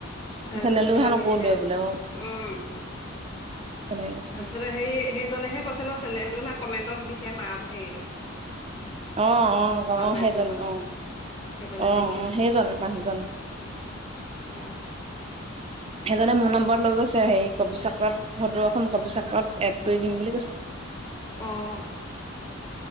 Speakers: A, on the left (about 25°); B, on the right (about 30°).
A: চেনেলটোক
B: চেনেলটোৰ
A: ধন্যবাদ
B: কথা নকলোৱে
A: নিদিলে।
B: বোলে মই
A: উম'
B: তেনেকে কৈছে।
A: তাপিছত,
B: অ',
A: ত হেৰি সেইজনেহে কৈছে ন চেনেলটো না কমেণ্টত দিছে মা হেৰিটো-
B: অঁ অঁ অঁ
A: মাধ্যমত
B: সেইজন অঁ
A: সেইজনে
B: অঁ
A: দিছে
B: অঁ সেইজন মানুহজন।
A: অঁ'
B: সেজনে মোৰ নম্বৰত লৈ গৈছে সেই কবি চক্ৰত সদৌ অসম কবি চক্ৰত এড কৰি দিম বুলি কৈছে।
A: অঁ'।